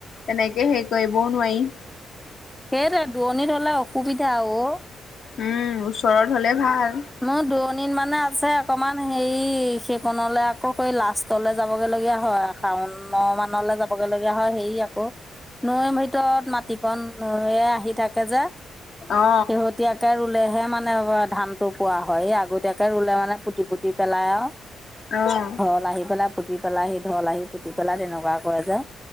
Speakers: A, on the left; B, in the centre.
A: তেনেকে হেৰি কৰিবও নোৱাৰি
B: সেইত দূৱণিত হলে অসুবিধা অ
A: উম ওচৰত হ'লে ভাল
B: ন দুৰণিত মানে ত যে অকমান হেৰি সেইকনলে আকৌ কৰি লাষ্টলৈ যাবগে লগগীয়া হয় শাউনত ভানলৈ যাবগে লগগা হয় হেৰি আকৌ নৈৰ ভিতৰত মাটিকন নৈয়ে আহি থাকে যে
A: অ
B: শেহতীয়াকে ৰুলেহে মানে ধানটো কোৱা হয় স আগতীয়াকে ৰুলে মানে পুতি পুতি পেলাই আৰু
A: অ
B: ঘল আহি পেলাই পুতি পেলাই আহিঢল আহি পুতি পেলাই তেনেকুৱা কৰে যে